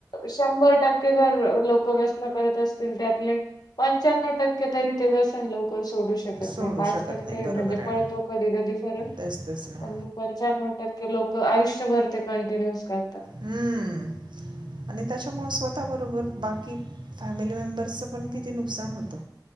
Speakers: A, on the left (about 60°); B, on the right (about 85°).
A: शंभर टक्के जर लोक व्यसन करत असतील त्यातले पंच्यान्व टक्के तरी ते व्यसन लव सोडू शकत
B: सोडू
A: नाही पाच
B: शकत
A: टक्के
B: नाही
A: म्हणजे
B: बरोबर आहे
A: पळतो
B: ना
A: कधी कधी फरक
B: तेच तेच ना
A: पण पंच्याण्णव टक्के लोक आयुष्य भरते कंटिन्युअस कर
B: हम्म आणि त्याच्यामुळे स्वतः बरोबर बाकी फॅमिली मेंबर्सच पण किती नुकसान होत